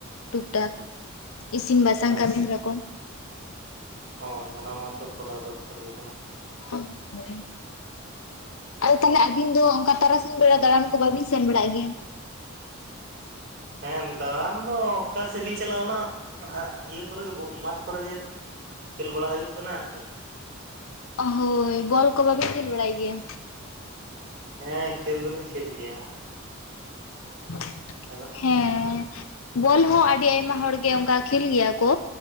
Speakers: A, on the left; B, on the right.
A: ᱴᱩᱠ ᱴᱟᱠ ᱤᱥᱤᱱ ᱵᱟᱥᱟᱝ
B: ᱟᱪᱪᱷᱟ
A: ᱠᱟᱹᱢᱤ ᱦᱚᱨᱟ ᱠᱚ᱾
B: ᱦᱳᱭ ᱚᱱᱟ ᱢᱟᱛᱚ ᱠᱚᱨᱟᱣ ᱫᱚᱨᱠᱟᱨ ᱜᱮ ᱠᱟᱱᱟ᱾
A: ᱚᱻ ᱦᱳᱭ ᱟᱫᱚ ᱛᱟᱦᱞᱮ ᱟᱵᱤᱱ ᱛᱚ ᱚᱱᱠᱟ ᱛᱟᱨᱟᱥᱤᱧ ᱵᱮᱲᱟ ᱫᱟᱬᱟᱱ ᱠᱚ ᱵᱟᱹᱵᱤᱱ ᱥᱮᱱ ᱵᱟᱲᱟᱜ ᱜᱮᱭᱟ?
B: ᱦᱮᱸ ᱫᱟᱬᱟᱱ ᱫᱚ ᱚᱠᱟ ᱥᱮᱜᱵᱤᱱ ᱪᱟᱞᱟᱜᱼᱟᱱᱟ ᱤᱭᱟᱹ ᱠᱚᱨᱮ ᱜᱮ ᱢᱟᱴᱷ ᱠᱚᱨᱮ ᱜᱮ ᱠᱷᱮᱞ ᱵᱟᱲᱟ ᱦᱩᱭᱩᱜ ᱠᱟᱱᱟ ᱟᱨᱠᱤ᱾
A: ᱚᱻ ᱦᱳᱭ ᱵᱚᱞ ᱠᱚ ᱵᱟᱵᱮᱱ ᱠᱷᱮᱞ ᱵᱟᱲᱟᱭ ᱜᱮᱭᱟ?
B: ᱦᱮᱸ ᱠᱷᱮᱞ ᱫᱚᱞᱤᱧ ᱠᱷᱮᱞ ᱜᱮᱭᱟ᱾
A: <unintelligible>
B: ᱟᱫᱚ
A: ᱦᱮᱸ ᱵᱚᱞ ᱦᱚᱸ ᱟᱹᱰᱤ ᱟᱭᱢᱟ ᱦᱚᱲ ᱜᱮ ᱚᱱᱠᱟ ᱠᱷᱮᱞ ᱜᱮᱭᱟ ᱠᱚ᱾